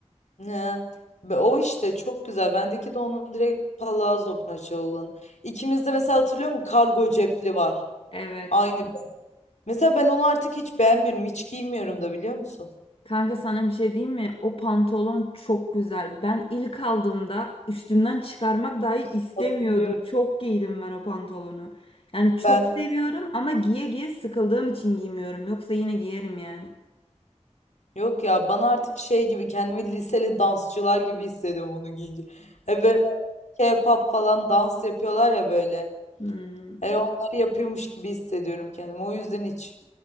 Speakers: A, on the left (about 80°); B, on the left (about 50°).
A: He. Be- o işte çok güzel. Bendeki de onun direkt palazzo paça olan. İkimizde mesela hatırlıyor musun? Kargo cepli var.
B: Evet.
A: Aynı. Mesela ben onu artık hiç beğenmiyorum. Hiç giymiyorum da biliyor musun?
B: Kanka sana bir şey diyeyim mi? O pantolon çok güzel. Ben ilk aldığımda üstümden çıkarmak dahi istemiyordum.
A: Hatırlıyorum.
B: Çok giydim ben o pantolonu. Yani çok
A: Ben
B: seviyorum ama giye giye sıkıldığım için giymiyorum. Yoksa yine giyerim yani.
A: Yok ya bana artık şey gibi kendimi liseli dansçılar gibi hissediyorum bunu giyince. E böyle K-pop falan dans yapıyorlar ya böyle.
B: Hmm.
A: E onları yapıyormuş gibi hissediyorum kendimi. O yüzden hiç